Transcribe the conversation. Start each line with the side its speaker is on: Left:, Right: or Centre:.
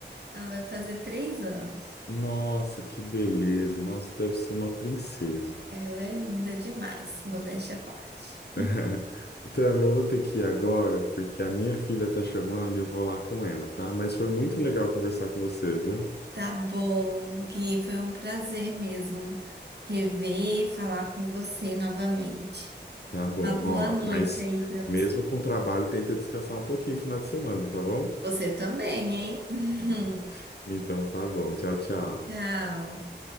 Right: Ela vai fazer três anos.
Left: Nossa, que beleza! Nossa, deve ser uma princesa.
Right: Ela é linda demais, modéstia à parte.
Left: <laughs> Tam, eu vou ter que ir agora, porque a minha filha tá chamando e eu vou lá com ela, tá? Mas foi muito legal conversar com você, viu?
Right: Tá bom, Gui, foi um prazer mesmo rever, e falar com você novamente.
Left: Tá bom,
Right: Uma boa
Left: ó.
Right: noite
Left: Mas
Right: aí para
Left: mesmo
Right: você.
Left: com o trabalho, tenta descansar um pouquinho no final de semana, tá bom?
Right: Você também, hein?
Left: <laughs> Então tá bom. Tchau, tchau.
Right: <laughs> Tchau.